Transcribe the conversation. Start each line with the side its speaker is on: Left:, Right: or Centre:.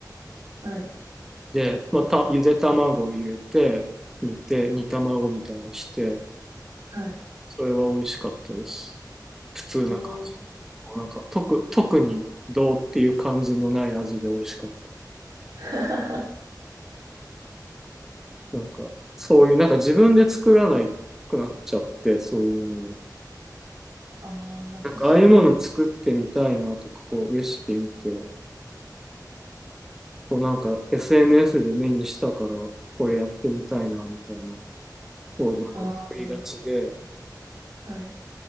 Right: はい。
Centre: で、また、ゆで卵を入れて、煮て、煮卵みたいにして、
Right: はい。
Centre: それは美味しかったです。普通な感
Right: えー、
Centre: じ。なんか、特、特にどうっていう感じのない味で美味しかっ
Right: <laughs>
Centre: た。なんか、そういう、なんか自分で作らないくなっちゃって、そういうものを。
Right: ああ、まあ確かに。
Centre: なんか、ああいうものを作ってみたいなとか、こう、レシピ見て、こうなんか SNS で目にしたから、これやってみたいな、みたいな、こうなんか作りがちで、
Right: ああ、はい。